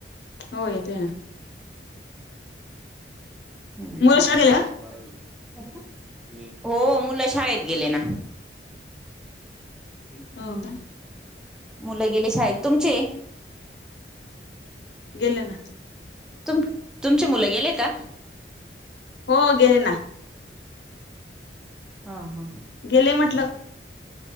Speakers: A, on the left; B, in the centre.
A: हो येतोय ना.
B: ह
A: मुलं
B: नाही
A: शाळेत गेले का?
B: बा <unintelligible> हो मुलं शाळेत गेले ना. हम्म
A: हो का?
B: मुलं गेले शाळेत तुमचे?
A: गेले ना.
B: तुम तुमचे मुलं गेले का?
A: हो गेले ना.
B: हा हा.
A: गेले म्हटलं.